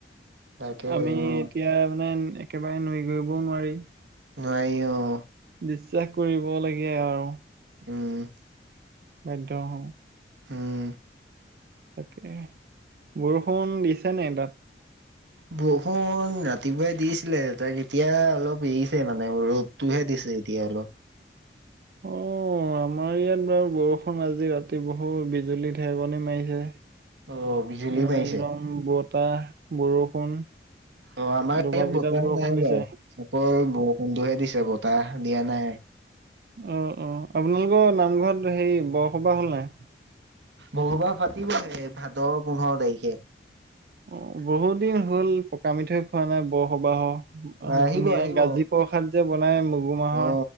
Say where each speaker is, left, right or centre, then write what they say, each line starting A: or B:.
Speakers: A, on the right; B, on the right.
A: তাকে
B: আমি
A: অ
B: এতিয়া মানে একেবাৰে নুই গৰিবও নোৱাৰি
A: নাই অ',
B: বিশ্বাস কৰিব লাগে আৰু
A: উম,
B: বাধ্য হওঁ
A: উম,
B: তাকে বৰষুণ দিছে নাই তাত
A: বৰষুণ ৰাতিপুৱাই দিছিলে তাক এতিয়া অলপ এৰিছে মানে ৰ'দ তহে দিছে এতিয়া অলপ।
B: অ' আমাৰ ইয়াত বাৰু বৰষুণ আজি ৰাতি বহুত বিজুলী ঢেকনি মাৰিছে।
A: অ বিজুলী
B: একদম
A: মাৰিছে
B: বতাহ বৰষুণ
A: অ' আমাৰ
B: দবা
A: ইয়াত
B: পিটা
A: বতাহ
B: বৰষুণ
A: নাই
B: দিছে
A: বাৰু অকল বৰষুণহে দিছে বতাহ দিয়া নাই।
B: অ' অ' আপোনালোকৰ নামঘৰত হেৰি বৰসবাহ হ'ল নাই?
A: বৰসবাহ পাতিবহে ভাদ পোন্ধৰ তাৰিখে।
B: অ' বহুত দিন হল পকা মিঠৈ খোৱা নাই বৰসবাহ।
A: আহিব
B: ধুনীয়া
A: আহিব
B: গাজী প্ৰসাদ যে বনাই মগু মাহৰ।
A: অ